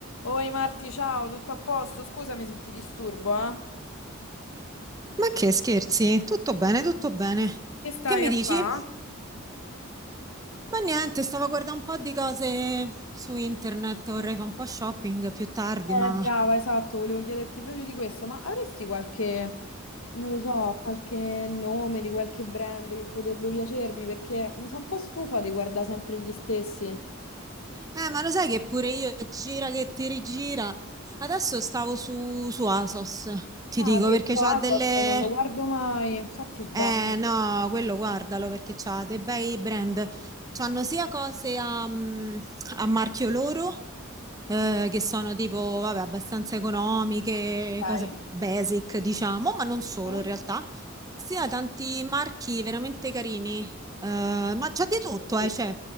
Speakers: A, on the left; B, on the right.
A: Oi Marti, ciao, tutto a posto? Scusami se ti disturbo, eh?
B: Ma che scherzi? Tutto bene, tutto bene.
A: Che stai
B: Che mi
A: a
B: dici?
A: fa?
B: Ma niente, stavo a guardare un po' di cose su internet, vorrei fare un po' shopping più tardi,
A: Eh,
B: ma...
A: brava, esatto, volevo chiederti proprio di questo, ma avresti qualche, non lo so, qualche nome di qualche brand che potrebbe piacermi? Perché mi sono un po' stufa di guardare sempre gli stessi.
B: Eh, ma lo sai che pure io gira che ti rigira. Adesso stavo su, su ASOS, ti
A: Ah,
B: dico,
A: questo
B: perché c'ha
A: Asos
B: delle,
A: non lo guardo mai, infatti sbaglio.
B: Eh no, quello guardalo perché c'ha dei bei brand. C'hanno sia cose a, mm, a marchio loro, eh, che sono tipo, vabbè, abbastanza economiche,
A: Ok.
B: cose basic, diciamo, ma non solo
A: Mm?
B: in realtà. Sia tanti marchi veramente carini. Eh, ma c'è di tutto,
A: Sì.
B: eh, cioè,